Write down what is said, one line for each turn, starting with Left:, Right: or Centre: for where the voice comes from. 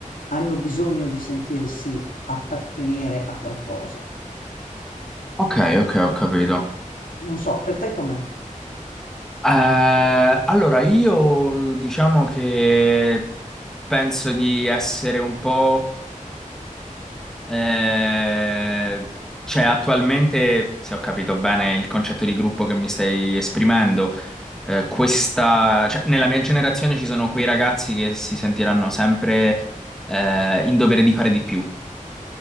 Left: hanno bisogno di sentirsi appartenere a qualcosa.
Centre: ok, ok, ho capito.
Left: Non so, per te com'è?
Centre: Eh, allora, io diciamo che penso di essere un po', eh, cioè attualmente, se ho capito bene il concetto di gruppo che mi stai esprimendo, eh, questa, cioè, nella mia generazione ci sono quei ragazzi che si sentiranno sempre, eh, in dovere di fare di più